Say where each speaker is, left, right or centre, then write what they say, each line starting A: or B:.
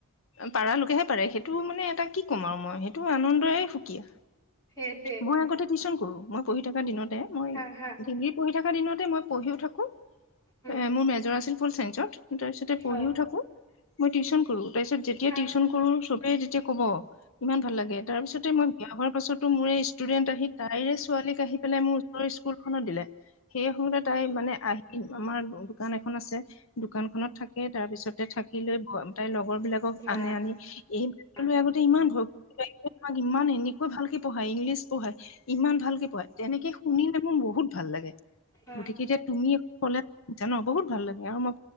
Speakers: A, on the left; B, on the left.
A: পাৰ লোকেহে পাৰে সেইটো মানে এটা কি ক'ম আৰু মই সেইটো আনন্দৰে সুকীয়া।
B: সেইটোৱে
A: মই আগতে টিউচন কৰোঁ, মই পঢ়ি থকা দিনতে মই
B: হা হা
A: ডিগী পঢ়ি থ একে দিনতে পঢ়িও থাকোঁ
B: উম
A: আৰু মেজৰ আছিল, তাৰি পঢ়িও
B: অ
A: থাকো মই টন কৰো তাৰপিছত যেতিয়া
B: হা
A: টিউচন কৰো চবেই যেতিয়া কব ইমান ভাল লাগে তাৰপিছত মই বিয়া হোৱাৰ পাছতো মোৰ ষ্টুডেন্ট আহি তাইৰে ছোৱালীক আহি পেলাই মোৰ ওচৰ স্কুলখনত দিলে। সেই সময়তে তাই মানে আহি আমাৰ দোকান এখন আছে। দোকান খনত থাকে তাৰপিছতে থাকিলৈ তাই লগ লগৰ বিলাকক
B: বা
A: আনে আনি এই
B: অ
A: আগতে ইমান ভয়। মাক ইমান এনেকুৱা ভালকে পঢ়ায় ইংলিছ পঢ়ায় ইমান ভালকে পঢ়ায় তেনেকে শুনিলে মোৰ বহুত ভাল লাগে।
B: অ
A: গতিকে এতিয়া তুমি ক'লে জান বহুত ভাল লাগে। আৰু মই